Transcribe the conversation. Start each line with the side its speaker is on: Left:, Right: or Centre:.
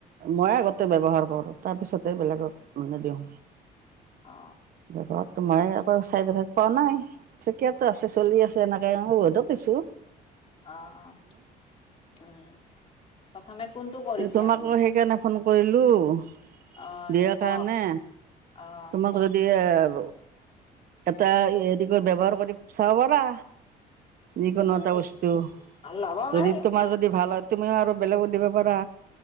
Right: মই আগতে ব্যৱহাৰ কৰোঁ তাৰপিছতে বেলেগক মানে দিওঁ
Left: অ
Right: ব তোমাৰ
Left: এই
Right: আকৌ চাইডফ পোৱা নাইকীয়াতো আছে চলি আছে এনেকে ধ পিছো
Left: আহ আহ উম প্ৰথমে কোনটো কৰিছে
Right: তোমাকো
Left: আপুনি
Right: সেইকাৰণে ফোন কৰিলো বিয়াৰ
Left: অ দে কওক
Right: কাৰণে
Left: অ
Right: তোমাক এ আৰু এটা হেৰি কৰি ব্যৱহাৰ কৰি চ পা যিকোনো
Left: অ',
Right: এটা
Left: সেই
Right: বস্তু
Left: ল'ব পাৰিম
Right: যদি তোমাৰ যদি
Left: উম,
Right: ভাল হয় তুমিও আৰু বেলেগো দিব পাৰা